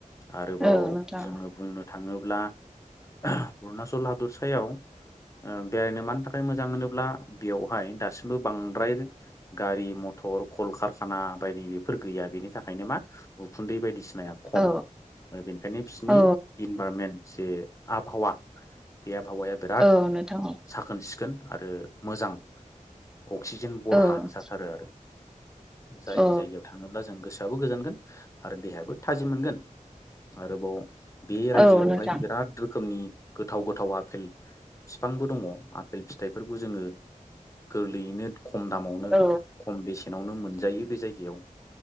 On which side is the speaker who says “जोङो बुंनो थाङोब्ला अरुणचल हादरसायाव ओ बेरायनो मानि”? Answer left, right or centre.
Left